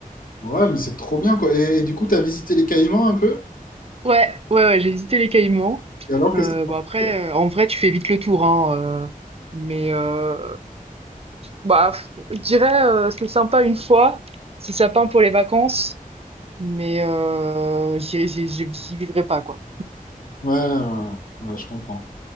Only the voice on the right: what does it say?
Ouais, ouais, ouais, j'ai visité les Caïmans.
Euh,
bon,
après,
euh, en vrai, tu fais vite le tour, hein. euh, mais euh, bah, f- je dirais, euh, c'est sympa une fois. C'est sympa pour les vacances. Mais euh, j'y j'y- j'y- j'y vivrai pas, quoi.